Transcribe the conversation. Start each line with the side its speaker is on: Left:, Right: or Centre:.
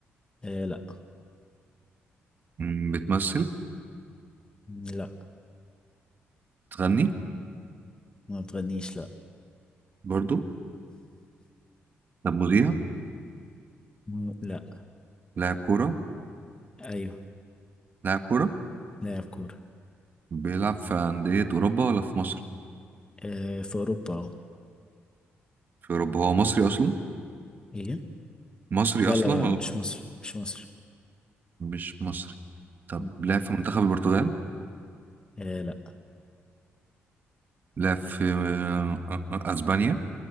Left: آه، لا
Right: مم، بتمثل
Left: لا
Right: بتغني
Left: ما بتغنيش لا
Right: برضو طب مذيع
Left: مو- لا
Right: لاعب كورة
Left: ايوه
Right: لاعب كورة
Left: لاعب كورة
Right: بيلعب في أندية أوروبا ولا في مصر
Left: آه في اوروبا اه
Right: في أوروبا هو مصري أصلا
Left: ايه
Right: مصري
Left: لا
Right: أصلا
Left: لا لا
Right: ولا
Left: مش مصر مش مصر
Right: مش مصري طب
Left: مم.
Right: لعب في منتخب البرتغال
Left: آه لا
Right: لعب في آه، آه، آه، أسبانيا